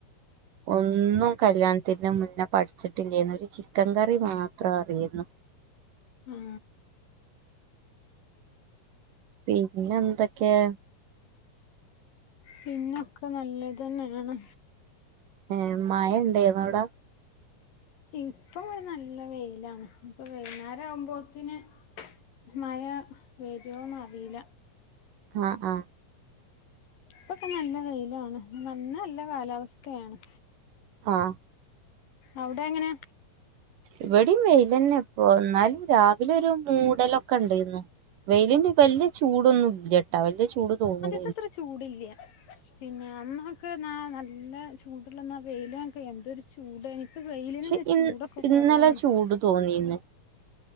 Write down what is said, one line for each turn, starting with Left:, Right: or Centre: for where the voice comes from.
Right: ഒന്നും കല്യാണത്തിന്റെ മുന്നെ പഠിച്ചിട്ടില്ലേന്നൊര് ഒരു ചിക്കൻ കറി മാത്രം അറിയുന്ന്‌
Left: ഉം
Right: പിന്നെന്തക്കെ
Left: പിന്നൊക്കെ നല്ലതന്നെയാണ്
Right: എ മയണ്ടായിരുന്നവിടെ
Left: ഇപ്പൊ ഒരു നല്ല വെയിലാണ് ഇപ്പ വൈന്നേരാവുമ്പോത്തിന് മയ വെരുവോനറിയില്ല
Right: അഹ് അഹ്
Left: പ്പൊക്കെ നല്ല വെയിലാണ് ഇന്ന് നല്ല കാലാവസ്ഥയാണ്
Right: ആഹ്
Left: അവിടെങ്ങനെ
Right: ഇവിടേം വെയിലന്നെപ്പോ ന്നാലും രാവിലെ ഒരു മൂടലൊക്കെണ്ടായിന്നു വെയിലിന് വല്ല്യ ചൂടൊന്നും ഇല്ലട്ടാ വല്ല്യ ചൂട് തോന്ന്‌
Left: തത്ര ചൂടില്ല പിന്നെ അന്നാക്ക് ന നല്ല ചൂടുള്ളെന്ന വെയിലാമ്പ എന്തരു ചൂടായ്ന്ന്‌ ഇപ്പ വെയിലിനന്നെ
Right: പക്ഷെ ഇ
Left: ചൂടൊക്കെ
Right: ഇന്നലെ
Left: കുറവാണ്
Right: ചൂട് തോന്നിന്ന്